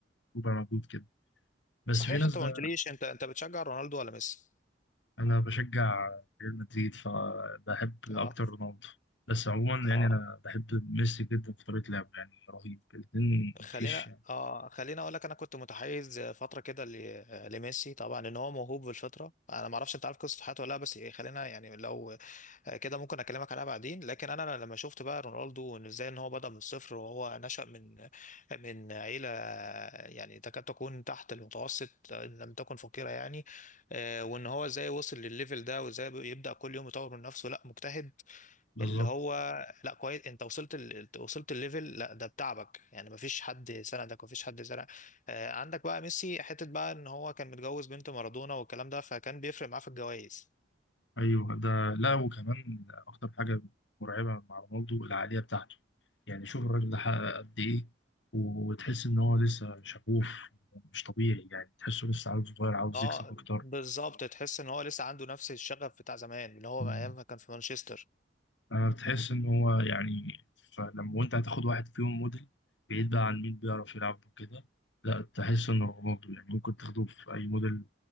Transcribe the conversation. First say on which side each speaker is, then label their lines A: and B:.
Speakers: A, on the left (about 75°); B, on the left (about 45°).
A: ربع مجهود كده بس
B: صحيح
A: في ناس
B: انت
A: بقى
B: ما قلتليش انت انت بتشجع رونالدو ولا ميسي
A: انا بشجع ريال مدريد فبحب اكتر
B: اه
A: رونالدو بس عموما يعني
B: اه
A: انا بحب ميسي جدا في طريقة لعبه يعني رهيب الاتنين مفيش
B: خلينا
A: يعني
B: اه خلينا اقول لك انا كنت متحيز فتره كده ل- لميسي طبعا ان هو موهوب بالفطره انا ما اعرفش انت عارف قصه حياته ولا لا بس خلينا يعني لو آه، كده ممكن اكلمك عليها بعدين لكن انا لما شفت بقى رونالدو إن ازاي ان هو بدأ من الصفر وهو نشأ من من عيلة يعني تكاد تكون تحت المتوسط ان لم تكن فقيرة يعني آه، وان هو ازاي وصل للليفل ده وازاي يبدأ كل يوم يطور من نفسه لا مجتهد
A: بالظبط
B: اللي هو لا كويس انت وصلت ال... وصلت الليفل لا ده بتعبك يعني مفيش حد سندك مفيش حد سندك آه، عندك بقى ميسي حتة بقى ان هو كان متجوز بنت مارادونا والكلام ده فكان بيفرق معاه في الجوائز
A: ايوه ده لا وكمان اكتر حاجه مرعبه مع رونالدو العقليه بتاعته يعني شوف الراجل ده حقق قد ايه وتحس ان هو لسه شغوف مش طبيعي يعني تحسه لسه عاوز صغير عاوز
B: اه
A: يكسب اكتر
B: بالظبط تحس ان هو لسه عنده نفس الشغف بتاع زمان اللي هو
A: مم.
B: ايام ما كان في مانشستر
A: انا بتحس ان هو يعني فلما وانت هتاخد واحد فيهم موديل بعيد بقى عن مين بيعرف يلعب وكده لا تحس ان رونالدو يعني ممكن تاخده في اي موديل